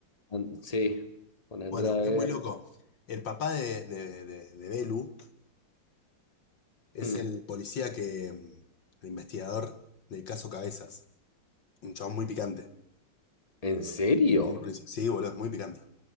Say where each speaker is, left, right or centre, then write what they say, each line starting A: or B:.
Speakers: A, on the left (about 15°); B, on the left (about 60°).
A: con- Sí, con Andrea
B: Bueno,
A: Guerra.
B: es muy loco. El papá de, de, de de Belu. Es
A: Hmm.
B: el policía que, mm, el investigador del caso Cabezas. Un chabón muy picante.
A: ¿En serio?
B: Ahí en el principio. Sí, boludo, es muy picante.